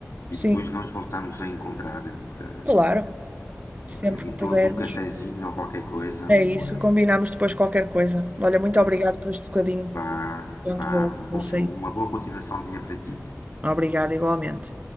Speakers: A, on the right; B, on the left.
A: Sim,
B: e depois nós voltamos a encontrar eh, para,
A: claro, sempre
B: eh,
A: que
B: em torno
A: pudermos.
B: de um cafezinho ou qualquer coisa,
A: É
B: ou,
A: isso, combinamos depois qualquer coisa. Olha, muito
B: eh,
A: obrigada por este bocadinho.
B: Vá,
A: Portanto,
B: vá.
A: vou,
B: Um bom-
A: vou sair.
B: uma boa continuação de dia para ti.
A: Obrigada igualmente.